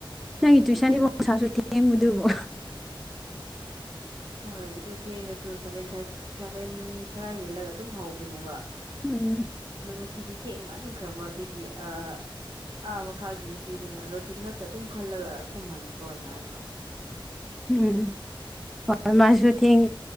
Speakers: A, in the centre; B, on the right.
A: ꯅꯪꯒꯤ ꯇꯨꯏꯁꯟꯗꯤꯐ ꯃꯁꯥꯁꯨ ꯊꯦꯡꯕꯨꯗꯨꯕꯣ
B: ꯍꯣꯏ ꯑꯗꯨ ꯊꯦꯡꯅꯁꯨ ꯁꯚꯦꯟ ꯊꯔ ꯁꯚꯦꯟ ꯈꯔ ꯍꯦꯜꯂꯒ ꯑꯗꯨꯝ ꯍꯧꯕꯅꯦꯕ
A: ꯎꯝ
B: ꯑꯗꯣ ꯉꯁꯤꯗꯤ ꯊꯦꯡꯃꯟꯈ꯭ꯔꯕ ꯑꯗꯨꯒꯤ ꯑ ꯑꯥ ꯃꯈꯥꯒꯤ ꯅꯨꯄꯤꯗꯨꯅ ꯔꯣꯇꯤꯟ ꯉꯛꯇ ꯑꯗꯨꯝ ꯈꯜꯂꯒ ꯈꯨꯝꯍꯟꯈ꯭ꯔꯣꯅ ꯍꯥꯏꯕ
A: <inaudible> ꯎꯝ ꯍꯣꯏ ꯃꯥꯁꯨ ꯊꯦꯡ